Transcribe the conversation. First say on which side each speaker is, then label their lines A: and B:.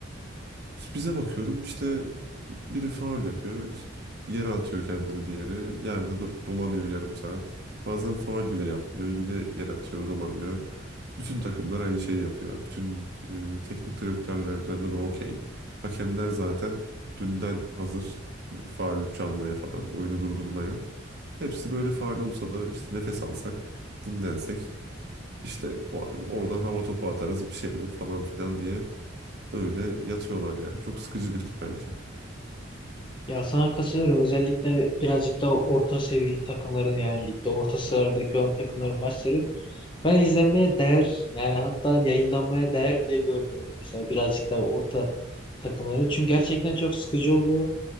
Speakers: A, on the right (about 55°); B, on the left (about 25°).
A: İşte bize bakıyorum işte
B: Evet.
A: biri faul yapıyor. İşte yere atıyor kendini diğeri. Yerde do- dolanıyor yarım saat. Bazen faul bile yapmıyor. Yine yere atıyor, dolanıyor. Bütün takımlar aynı şeyi yapıyor. Bütün e, teknik direktörler de buna okey. Hakemler zaten dünden hazır. E, Faul çalmaya falan, oyunu durdurmaya. Hepsi böyle faal olsa da işte nefes alsak, dinlensek, işte o- oradan hava topu atarız bir şey olur falan filan diye öyle yatıyorlar yani. Çok sıkıcı bir lig bence.
B: Ya sana katılıyorum. Özellikle birazcık daha orta seviyeli takımların yani ligde orta sıralardaki olan takımların maçları Ben izlenmeye değer yani hatta yayınlanmaya değer bile görmüyorum mesela birazcık da orta takımları. Çünkü gerçekten çok sıkıcı oluyor.